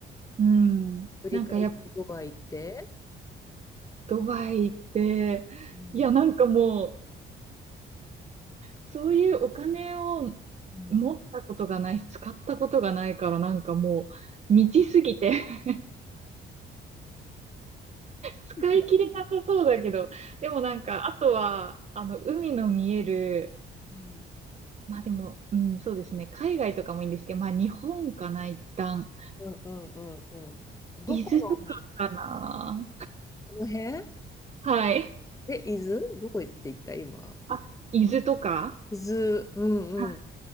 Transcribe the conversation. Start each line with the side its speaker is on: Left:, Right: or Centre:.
Right: うん。
Left: 振り返りドバイ行って。
Right: なんかやっぱ、ドバイって、
Left: うん。
Right: いや、なんかもう、そういうお金を
Left: うん
Right: 持ったことがないし、使ったことがないからなんかもう、未知すぎて <laughs> 使い切れなさそうだけど、
Left: ね
Right: でもなんか、あとは、あの、海の見える、
Left: うん
Right: まあでも、うん、そうですね、海外とかもいいんですけど、まあ日本かな、一旦。
Left: <laughs> うんうんうんうん。どこの海
Right: 伊豆とかかな。
Left: この辺
Right: はい。
Left: え、伊豆どこ行って行った今。
Right: あ、伊豆とか
Left: 水、うんうん。
Right: はい